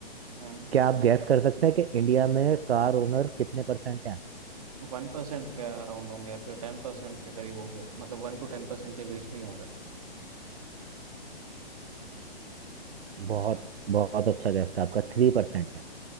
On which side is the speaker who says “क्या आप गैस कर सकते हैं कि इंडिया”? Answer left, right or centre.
Right